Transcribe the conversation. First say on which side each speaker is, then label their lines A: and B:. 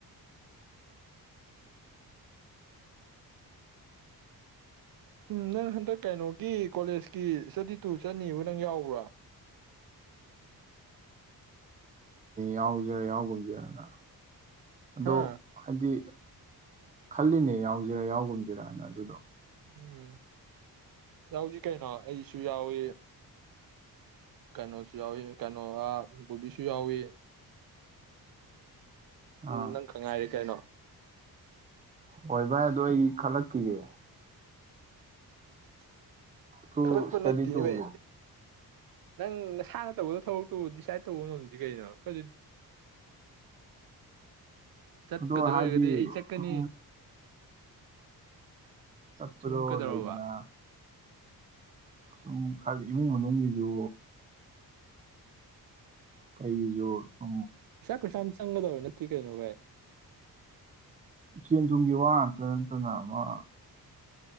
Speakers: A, on the right; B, on the right.
A: ꯎꯝ ꯅꯪ ꯍꯟꯗꯛ ꯀꯩꯅꯣꯒꯤ ꯀꯣꯂꯦꯖꯀꯤ ꯏꯁꯇꯗꯤ ꯇꯨꯔ ꯆꯠꯅꯤꯕ ꯅꯪ ꯌꯥꯎꯕ꯭ꯔꯥ
B: ꯌꯥꯎꯖꯔ ꯌꯥꯎꯨꯝꯖꯔꯅ ꯑꯗꯣ
A: ꯍꯥ
B: ꯍꯥꯏꯗꯤ ꯈꯜꯂꯤꯅꯦ ꯌꯥꯎꯁꯤꯔꯥ ꯌꯥꯎꯒꯨꯝꯁꯤꯔꯅ ꯑꯗꯨꯗꯣ
A: ꯎꯝ ꯌꯥ ꯍꯧꯖꯤꯛ ꯀꯩꯅꯣ ꯑꯩ ꯁꯨ ꯌꯥꯎꯋ ꯀꯩꯅꯣ ꯌꯥꯎꯏ ꯀꯩꯅꯣ ꯋꯥ ꯕꯣꯕꯤꯁꯨ ꯌꯥꯎꯏꯤ
B: ꯑꯥ
A: ꯎ ꯅꯪ ꯈꯪꯉꯥꯏꯔꯤꯦ ꯀꯩꯅꯣ
B: ꯍꯣꯏ ꯚꯥꯏ ꯑꯗꯣ ꯑꯩ ꯈꯜꯂꯛꯈꯤꯒꯦ
A: <unintelligible>
B: ꯇꯨ
A: ꯈꯜꯂꯛꯄ
B: ꯏꯁꯇꯗꯤ
A: ꯅꯠꯇꯦꯅꯦꯚꯩ
B: ꯇꯨꯒꯤ
A: ꯅꯪ ꯅꯁꯥꯅ ꯇꯧꯕꯗ ꯊꯕꯛꯇꯨ ꯗꯤꯁꯥꯏꯠ ꯇꯧꯕ ꯉꯝꯁꯤ ꯀꯩꯅꯣ ꯈꯔꯗꯤ ꯆꯠꯀꯗꯣꯏ
B: ꯑꯗꯣ ꯍꯥꯏꯗꯤ
A: ꯑꯣꯏꯔꯒꯗꯤ ꯑꯩ ꯆꯠꯀꯅꯤ
B: ꯁꯨꯝ ꯆꯠꯄꯗꯨꯣ
A: ꯁꯨꯝ ꯀꯩꯗꯧꯔꯕ
B: ꯂꯩ ꯂꯩꯗꯅ ꯁꯨꯝ ꯈꯔ ꯏꯃꯨꯡ ꯃꯅꯨꯡꯒꯤꯁꯨ ꯀꯩꯁꯨ ꯊ
A: ꯣꯏ ꯁꯝꯁꯪꯒꯗ ꯅ ꯀꯅ ꯀꯥꯏ
B: ꯁꯦꯟ ꯊꯨꯝꯒꯤ ꯋꯥ ꯉꯥꯛꯇ ꯅꯠꯇꯅ ꯑꯃ